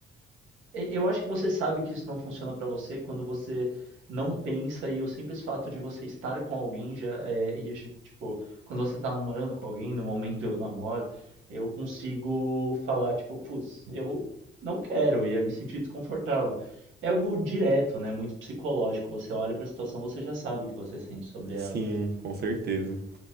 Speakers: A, on the right; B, on the right.
A: e- Eu acho que você sabe que isso não funciona pra você quando você não pensa e o simples fato de você estar com alguém já é, e já- tipo, quando você tá namorando com alguém, no momento eu namoro, eu consigo falar tipo, putz, eu não quero, ia me sentir desconfortável. É algo direto, né? Muito psicológico. Você olha pra situação, você já sabe o que você sente sobre ela.
B: Sim, com certeza.